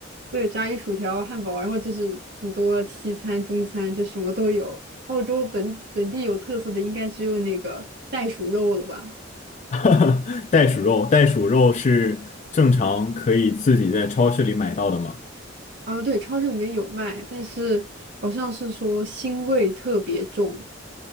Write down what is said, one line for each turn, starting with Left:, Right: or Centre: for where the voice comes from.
Right: 对，炸鱼薯条、汉堡，然后就是很多西餐、中餐，就什么都有。澳洲本本地有特色的应该只有那个袋鼠肉了吧？
Left: <laughs> 袋鼠肉，袋鼠肉是正常可以自己在超市里买到的吗？
Right: 啊，对，超市里面有卖，但是好像是说腥味特别重，